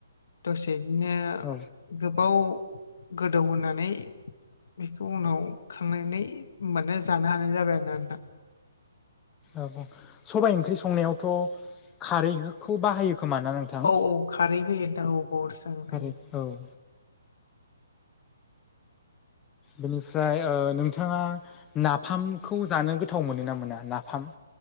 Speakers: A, on the left; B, on the left.
A: दसे बिदिनो
B: औ
A: गोबाव गोदौहोनानै बेखौ उनाव खांनानै मोन जानो हानाय जाबाय आरोना नोंथां।
B: औ सबाइ ओंख्रि संनायावथ' खारैखौ बाहायो। खोमा ना नोंथां
A: औ औ खारैबो होयो नोंथां औ
B: खारै
A: औ <inaudible>
B: औ बेनिफ्राय ओ नोंथाङा नाफामखौ जानो गोथाव मोनो ना मोना नाफाम